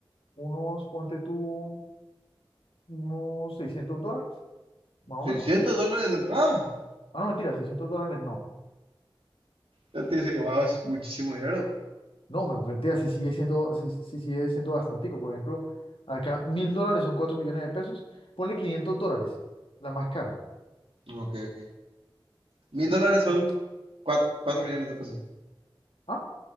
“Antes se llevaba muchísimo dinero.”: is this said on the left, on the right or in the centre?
Right